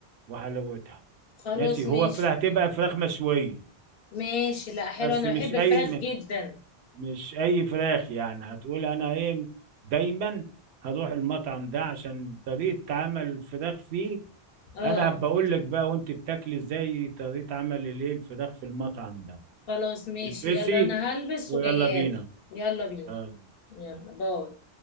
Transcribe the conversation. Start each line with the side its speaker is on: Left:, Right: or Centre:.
Right: وحلاوتها
Left: خلاص
Right: ماشي هو
Left: ماشي
Right: فراخ هتبقى فراخ مشوية
Left: ماشي لا حلو
Right: بس
Left: انا
Right: مش
Left: بحب
Right: اي
Left: الفراخ
Right: م-
Left: جدا
Right: مش اي فراخ يعني هتقول انا ايه دايما هروح المطعم ده عشان طريقة تعامل الفراخ فيه
Left: اه
Right: انا بقول لك بقى وانت بتاكلي ازاي طريقة عمل الايه الفراخ في المطعم ده
Left: خلاص ماشي
Right: البسي
Left: يلا انا هلبس
Right: ويلا
Left: وجايالك
Right: بينا
Left: يلا بينا
Right: يلا
Left: يلا
Right: باي.
Left: باي